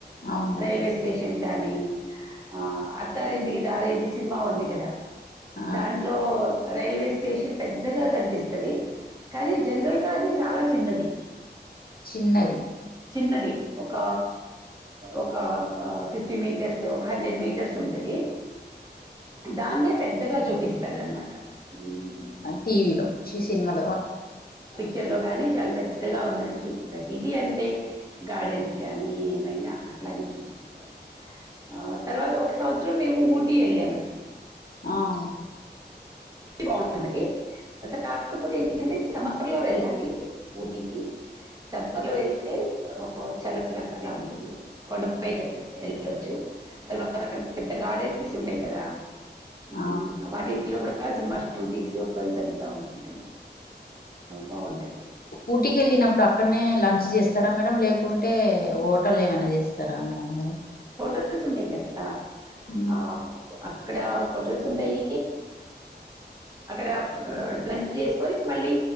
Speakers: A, on the left (about 55°); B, on the right (about 20°).
A: అవును మేడం
B: రైల్వే స్టేషన్ టెంగని ఆ అత్తారింటికి దారేది సినిమా ఉంది కదా
A: ఆ
B: దాంట్లో రైల్వే స్టేషన్ పెద్దగా కనిపిస్తుంది కానీ జనరల్ గా అది చాలా చిన్నది
A: చిన్నది
B: చిన్నది ఒక ఒక ఫిఫ్టీ మీటర్స్ ఒక హండ్రెడ్ మీటర్స్ ఉంటది దాన్నే పెద్దగా చూపిస్తారనమాట హ్మ్.
A: టీవీలో చి సినిమాలో
B: చర్లో కానీ చాలా పెద్దగా ఉన్నట్టు చూ ప్రతిదీ అంతే గార్డెన్స్ కానీ ఏమైనా అట్లానే చూపిస్తారు ఆ తర్వాత ఒక సంవత్సరం మేము ఊటీ వెళ్ళామండి
A: ఆవు
B: బాగుంటుంది అసలు కాకపోతే ఏంటే సమ్మర్లో వెళ్ళాలి ఊటీకి సమ్మర్లో వెళ్తే చల్లగా అట్లా ఉంటుంది కొండపైకి వెళ్ళొచ్చు తర్వాత అక్కడ పెద్ద గార్డెన్స్ ఉంటాయి కదా ఉమ్
A: ఆ
B: వాటి ఊటీలో కూడా సినిమా షూటింగ్స్ అవి జరుగుతా ఉంటాయి బాగుంటాయి
A: ఊటీకి వెళ్ళినప్పుడు అక్కడనే లంచ్ చేస్తారా మేడం లేక కుంటే ఓటల్లో ఏమైనా చేస్త తరా మేడం మీరు
B: టెల్స్ ఉంటాయి కదా
A: ఉమ్
B: ఆ, అక్కడ హోటల్స్ ఉంటాయి అక్కడ లంచ్ చేసుకొని మళ్ళీ